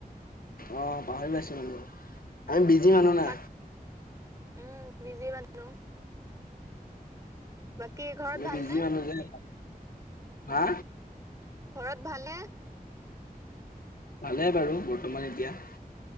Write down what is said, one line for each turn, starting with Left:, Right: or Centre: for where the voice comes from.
Left: অ পাহৰি পাইছো মানে, আমি বিজি মানুহ না।
Right: বাক উম বিজি মানুহ বাকী ঘৰত
Left: ওম
Right: ভালনে
Left: বিজি‌ মানুহ যে সেইকাৰণে, হা।
Right: ঘৰত ভালনে?
Left: ভালে বাৰু বৰ্তমান এতিয়া।